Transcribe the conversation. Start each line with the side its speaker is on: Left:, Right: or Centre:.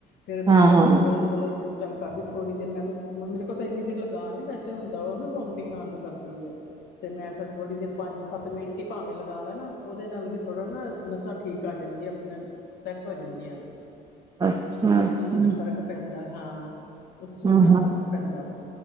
Left: ਫੇਰ ਮੈਂ
Right: ਹਾਂ
Left: ਓਹੀ ਕੋਲਰ ਵਾਲਾ ਹੀ ਸਿਸ <unintelligible> ਕਰਦੀ ਥੋੜ੍ਹੀ ਦੇਰ ਮੈਂ ਤਾਂ ਮੇਰੇ ਕੋਲ ਤੇ ਐਨੀ ਦੇਰ ਲਗਾਨ ਨੀ ਵੈਸੇ ਹੁੰਦਾ, ਓਹ ਨਾ ਵੋਮਟਿੰਗ ਆਉਣ ਨੂੰ ਕਰਦੀ ਏ। ਤੇ ਮੈਂ ਫੇਰ ਥੋੜ੍ਹੀ ਦੇਰ ਪੰਜ-ਸੱਤ ਮਿੰਟ ਹੀ ਭਾਵੇਂ ਲਗਾ ਲਾ ਨਾ ਓਹਦੇ ਨਾਲ ਵੀ ਥੋੜਾ ਨਾ ਨਸਾਂ ਠੀਕ ਆ ਜਾਂਦੀਆਂ, ਆਪਣਾ ਸੈਟ ਹੋ ਜਾਂਦੀਆਂ ਨੇ।
Right: <inaudible>
Left: ਉਸ
Right: ਅੱਛਾ
Left: ਚੀਜ ਨਾਲ ਫ਼ਰਕ ਪੈਂਦੈ, ਹਾਂ, ਉਸ ਚੀਜ
Right: ਹਾਂ
Left: ਨਾਲ ਫ਼ਰਕ ਪੈਂਦਾ ਵਾ,